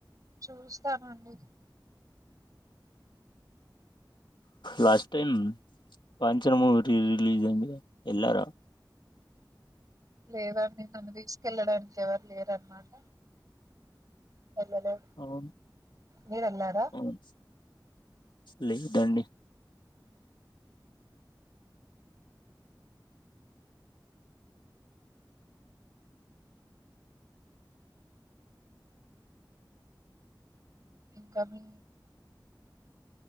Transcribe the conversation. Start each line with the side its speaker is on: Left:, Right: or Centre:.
Right: చూస్తానండి
Left: లాస్ట్ టైం కాంచన మూవీ రీ రిలీజ అంది ఎల్లారా
Right: లేదు అండి నన్ను తీసుకెళ్ళడానికి ఎవరు లేరున్నమాట ఎల్లలే
Left: అవును
Right: మీరు ఎలారా
Left: అవును లేదండి
Right: ఇంకా మీ